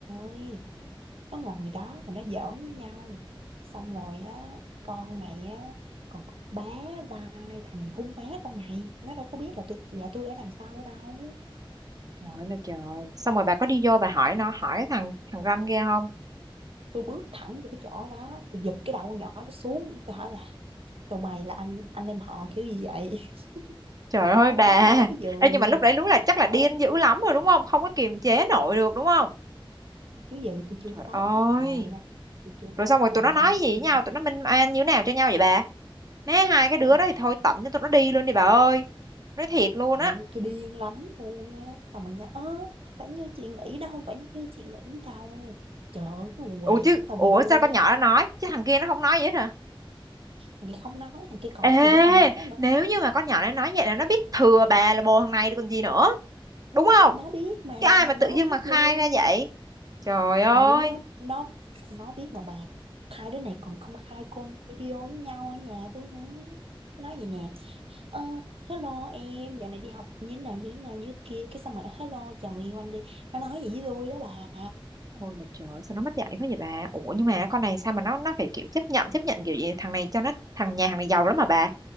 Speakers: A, on the right; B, on the right.
A: ơi nó ngồi đó mà nó giỡn với nhau xong rồi á con này á còn bá vai thằng này hung má con này nó đâu có biết là tôi là tôi ở đằng sau đâu
B: trời ơi là trời xong rồi bà có đi vô bà hỏi nó hỏi cái thằng thằng ranh kia không
A: tôi bước thẳng vô cái chỗ đó tôi giật cái đầu con nhỏ nó xuống tôi hỏi là tụi mày là anh anh em họ kiểu gì vậy <laughs>
B: trời ơi
A: cỡ
B: bà
A: đó đó
B: <laughs>
A: bây giờ
B: Ê, nhưng mà lúc đấy đúng là chắc
A: cỡ
B: là điên dữ lắm rồi đúng không không có kiềm chế nổi được đúng không
A: chứ gì tôi chưa
B: trời
A: tát
B: ơi
A: nó là mày đó tôi chưa tát
B: rồi xong rồi
A: nó là
B: tụi
A: mày
B: nó nói
A: đó
B: gì với
A: gì
B: nhau tụi nó minh oan như thế nào cho nhau vậy bà Má hai cái
A: cái
B: đứa
A: sao mà
B: đó thì thôi tận cho tụi nó đi luôn đi bà ơi Nói thiệt luôn
A: ừ
B: á
A: tôi điên lắm luôn á xong bạn nhắn ơ không phải như chị nghĩ đâu không phải như chị nghĩ đâu trời ơi cái quần què
B: Ủa chứ
A: chắc tao
B: Ủa
A: bị đuôi
B: sao con
A: á
B: nhỏ nó nói Chứ thằng kia nó không nói gì hết hả
A: thằng kia không nói thằng kia còn
B: Ê
A: cái gì để mà nói nữa
B: nếu như mà con nhỏ này nói vậy là nó biết thừa bà là bồ thằng này rồi còn gì nữa Đúng không
A: nó biết mà
B: Chứ ai mà
A: nó
B: tự dưng
A: biết
B: mà khai
A: luôn
B: ra vậy Trời ơi
A: ừ nó nó nó biết mà bà hai đứa này còn công khai call video với nhau ở nhà tôi nữa Nó nói gì nè ờ, hello em dạo này đi học như thế nào như thế nào như thế kia cái xong rồi hello chào người yêu anh đi nó nói gì với tôi đó bà
B: Ôi là trời sao nó mất dạy quá vậy bà Ủa nhưng mà con này sao mà nó nó phải kiểu chấp nhận chấp nhận kiểu gì Thằng này cho nó thằng nhà hàng này giàu lắm mà bà